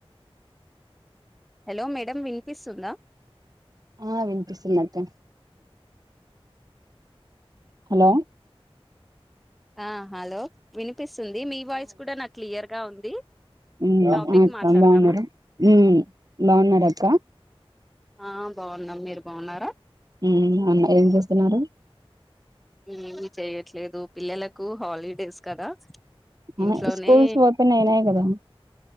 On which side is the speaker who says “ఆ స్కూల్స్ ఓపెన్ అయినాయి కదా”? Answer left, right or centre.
Right